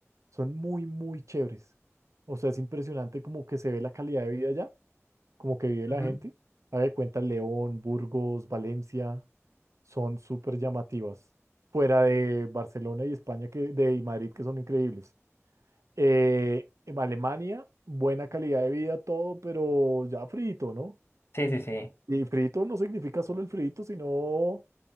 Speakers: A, on the right (about 75°); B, on the left (about 50°).
A: son muy, muy chéveres. O sea, es impresionante como que se ve la calidad de vida allá, como que vive la
B: Ujú.
A: gente. Haga de cuenta León, Burgos, Valencia, son súper llamativas. Fuera de Barcelona y España que, de y Madrid, que son increíbles. Eh, en Alemania, buena calidad de vida, todo, pero ya frito, ¿no?
B: sí, sí, sí.
A: Y frito no significa solo el frito, sino